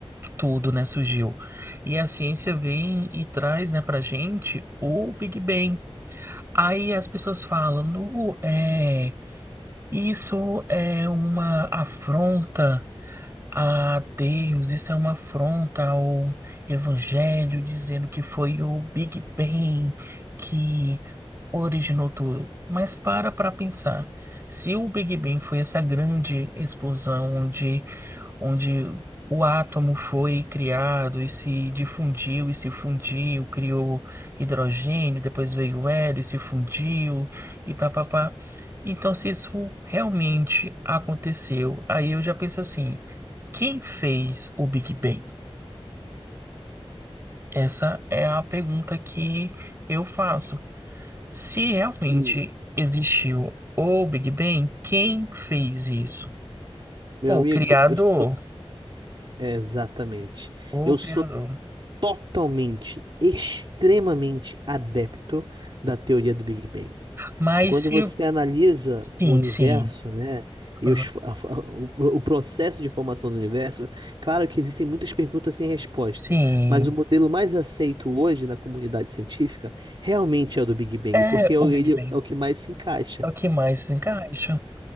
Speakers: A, on the right; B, on the right.
A: tudo, né, surgiu. E a ciência vem e traz, né, pra gente o Big Bang. Aí as pessoas falam, "Nu, é, isso é uma afronta a Deus, isso é uma afronta ao Evangelho, dizendo que foi o Big Bang que originou tudo. Mas para para pensar, se o Big Bang foi essa grande explosão onde onde o átomo foi criado e se difundiu e se fundiu, criou hidrogênio, depois veio o hélio, e se fundiu e papapá. Então, se isso realmente aconteceu, aí eu já penso assim, quem fez o Big Bang? Essa é a pergunta que eu faço. Se realmente
B: Hum,
A: existiu o Big Bang, quem fez isso?
B: Meu
A: O
B: amigo,
A: criador,
B: eu sou. Exatamente.
A: o
B: Eu sou
A: criador.
B: totalmente, extremamente adepto da teoria do Big Bang.
A: Mas
B: Quando
A: se
B: você analisa
A: Sim,
B: o universo,
A: sim.
B: né, e
A: Aham.
B: os fo- a- a- o, o processo de formação do universo, claro que existem muitas perguntas sem resposta,
A: Sim.
B: mas o modelo mais aceito hoje na comunidade científica realmente é o do Big Bang,
A: É
B: porque é
A: o
B: o-
A: Big
B: ele
A: Bang.
B: é o que mais se encaixa.
A: É o que mais encaixa.